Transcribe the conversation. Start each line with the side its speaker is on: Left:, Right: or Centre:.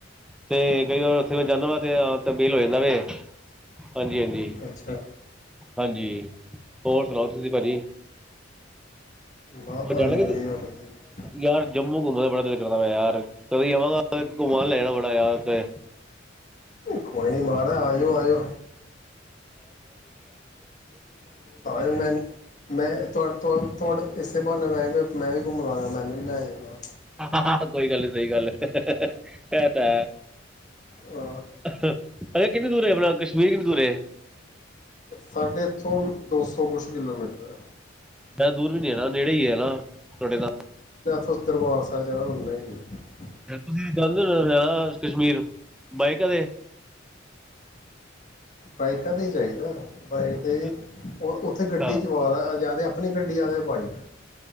Centre: ਤੇ ਕਈ ਵਾਰ ਉੱਥੇ ਜਾਂਦਾ ਵਾ ਤੇ ਤ ਬੇਲ ਹੋ ਜਾਂ ਨਵੇ ਹਾਂਜੀ ਹਾਂਜੀ
Left: ਅੱਛਾ
Centre: ਹਾਂਜੀ ਹੋਰ ਸੁਣਾਓ ਭਾਜੀ
Left: ਵਾਹ
Centre: ਹੋ
Left: ਭਾਈ
Centre: ਜਾਣ ਲੱਗੇ
Left: ਵਧੀਆ ਵਧੀਆ
Centre: ਯਾਰ ਜੰਮੂ ਘੁੰਮਣ ਦਾ ਬੜਾ ਮੈਂ ਯਾਰ ਕਦੀ ਜਾਵਾਂਗਾ ਘੁੰਮਣ ਲੈਣਾ ਬੜਾ ਯਾਰ ਉਥੇ
Left: ਕੋਈ ਨੀ ਮਹਾਰਾ ਆਈ ਹੈ ਆਇਓ ਹਾਂ ਮੈਂ ਮੈਂੋ ਇਸੇ ਬਹੁ ਨ ਮੈਂ ਵੀ ਘੁੰਮ ਲਾਂਗਾ ਮੈਨੂੰ ਵੀ ਲੈ ਜਾ ਨਲ
Centre: ਹ ਹ ਹ ਕੋਈ ਗੱਲ ਨੀ ਸਹੀ ਗੱਲ ਹੈ ਕੋਈ ਗੱਲ ਨਹੀਂ ਇਹ ਤੇ
Left: ਹਾਂ
Centre: ਹੈ ਅ ਕਿੰਨੇ ਦੂਰ ਆਪਣਾ ਕਸ਼ਮੀਰ ਕਿੰਨਨੀ ਦੂਰ
Left: ਸਾਡੇ ਇੱਥੋਂ ਦੋ ਸੌ ਕੁਛ ਕਿਲੋਮੀਟਰ ਹੈ
Centre: ਮੈਂ ਦੂਰ ਵੀ ਨੇਰਾ ਨੇੜੇ ਹੀ ਹੈ ਨਾ ਤੁਹਾਡੇ ਤਾਂ
Left: ਉਸ ਦਰਬਾਰ ਸਾਹਿਬ ਜਾਣਾ ਹੇ ਹੀ ਗ
Centre: ਤੇ ਤੁਸੀਂ ਗੱਲ ਕਸ਼ਮੀਰ ਬਾਈਕ ਦੇ
Left: ਬਾਈਕਾਂ ਤੇ ਹੀ ਚਾਹੀਦਾ ਬਾਈਕ 'ਤੇ
Centre: ਅੱਛਾ
Left: ਉੱਥੇ
Centre: ਅੱਛਾ
Left: ਗੱਡੀ ਚਵਾ ਜਾਂਦਾ ਆਪਣੀ ਗੱਡੀ ਵਾਲ ਅਤੇ ਬਾਈਕ